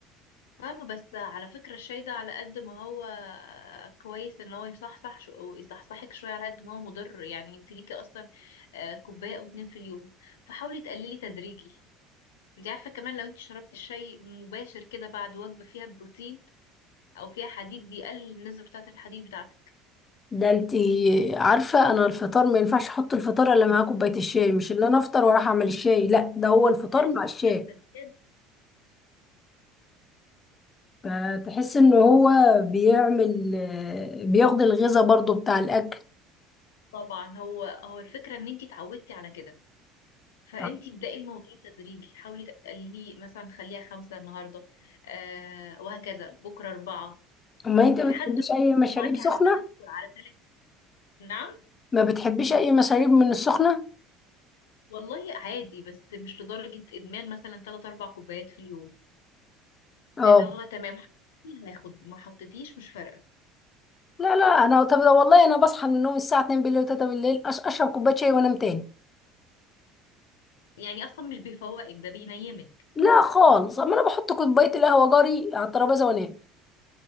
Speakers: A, on the left; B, on the left.
A: فاهمة بس على فكرة الشاي ده على قد ما هو آه، كويس ان هو يصحصح شو- ويصحصحك شوية على قد ما هو مضر يعني انت ليكي اصلا آه، كوباية او اتنين في اليوم فحاولي تقللي تدريجي انت عارفة كمان لو انت شربتي الشاي مباشر كده بعد وجبة فيها بروتين او فيها حديد بيقلل النسبة بتاعة الحديد بتاعتك
B: ده انتي عارفة انا الفطار ما ينفعش احط الفطار الا معاه كوباية الشاي مش اللي انا افطر واروح اعمل الشاي لا ده هو الفطار
A: كارثة
B: مع الشاي
A: كارثة كارثة
B: فتحس ان هو بيعمل آه، بياخد الغذاء برضو بتاع الاكل
A: طبعا هو هو الفكرة ان انت اتعودتي على كده فانت
B: طب
A: ابدأي الموضوع تدريجي حاولي تقللي مثلا خليها خمسة النهاردة آه وهكذا بكرة أربعة
B: ما انت
A: لحد
B: بتحبيش
A: ما
B: اي مشاريب
A: معاكي
B: سخنة
A: على سنة على ثلاث نعم
B: ما بتحبيش اي مشاريب من السخنة
A: والله عادي بس مش لدرجة إدمان مثلا ثلاث أربع كوبايات في اليوم
B: اه
A: اللي هو تمام حطيتي هاخد ما حطيتيش مش فارقة
B: لا لا انا طب ده والله انا بصحى من النوم الساعة 2 بالليل و3 بالليل أش- اشرب كوباية شاي وانام تاني
A: يعني أصلا مش بيفوقك ده بينيمك
B: لا خالص اما انا بحط كوباية القهوة جاري على الترابيزة وانام